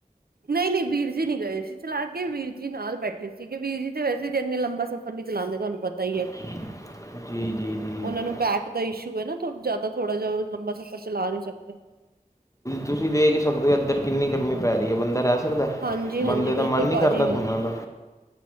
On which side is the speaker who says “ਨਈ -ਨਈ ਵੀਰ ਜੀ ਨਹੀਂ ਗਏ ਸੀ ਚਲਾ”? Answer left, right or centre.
Right